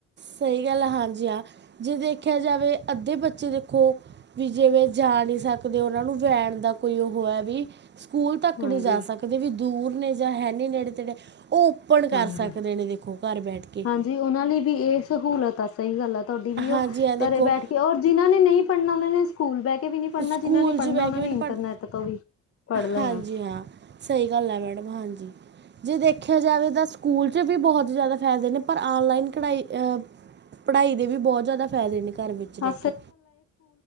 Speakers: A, on the right; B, on the left.
A: ਸਹੀ ਗੱਲ ਹੈ ਹਾਂਜੀ ਹਾਂ ਜੇ ਦੇਖਿਆ ਜਾਵੇ ਅੱਧੇ ਬੱਚੇ ਦੇਖੋ ਵੀ ਜਿਵੇਂ ਜਾ ਨਹੀਂ ਸਕਦੇ ਉਹਨਾਂ ਨੂੰ <unintelligible> ਦਾ ਕੋਈ ਉਹ ਹੈ ਵੀ। ਸਕੂਲ ਤੱਕ
B: ਹਾਂਜੀ
A: ਨਹੀਂ ਜਾ ਸਕਦੇ ਵੀ ਦੂਰ ਨੇ ਜਾਂ ਹੈ ਨਹੀਂ ਨੇੜੇ ਤੇੜੇ। ਉਹ ਓਪਨ
B: ਹਾਂਜੀ
A: ਕਰ ਸਕਦੇ ਨੇ ਦੇਖੋ ਘਰ ਬੈਠ ਕੇ।
B: ਹਾਂਜੀ ਉਹਨਾਂ ਲਈ ਵੀ ਇਹ ਸਹੂਲਤ ਆ ਸਹੀ ਗੱਲ ਆ ਤੁਹਾਡੀ ਵੀ
A: ਹਾਂਜੀ
B: ਉਹ
A: ਹਾਂ ਦੇਖੋ
B: ਘਰੇ ਬੈਠ ਕੇ ਔਰ ਜਿਹਨਾਂ ਨੇ ਨਹੀਂ ਪੜ੍ਹਨਾ ਉਹਨਾਂ ਨੇ ਸਕੂਲ ਬੈਠ ਵੀ ਨੀ ਪੜ੍ਹਨਾ
A: ਸਕੂਲ
B: ਜਿਹਨਾ ਨੇ ਪੜ੍ਹਨਾ
A: 'ਚ ਬਹਿ
B: ਉਹ
A: ਕੇ
B: ਨੇ
A: ਵੀ ਨਹੀਂ
B: ਇੰਟਰਨੈਟ
A: ਪੜ੍ਹ
B: ਤੋਂ ਵੀ ਪੜ੍ਹ ਲੈਣਾ
A: ਹਾਂਜੀ ਹਾਂ ਸਹੀ ਗੱਲ ਆ ਮੈਡਮ ਹਾਂਜੀ। ਜੇ ਦੇਖਿਆ ਜਾਵੇ ਤਾਂ ਸਕੂਲ 'ਚ ਵੀ ਬਹੁਤ ਜ਼ਿਆਦਾ ਫਾਇਦੇ ਨੇ ਪਰ ਔਨਲਾਈਨ ਪੜਾਈ ਅ। ਪੜ੍ਹਾਈ ਦੇ ਵੀ ਬਹੁਤ ਜ਼ਿਆਦਾ ਫਾਇਦੇ ਨੇ ਘਰ ਵਿੱਚ ਰਹਿ
B: ਹਾਂ
A: ਕੇ।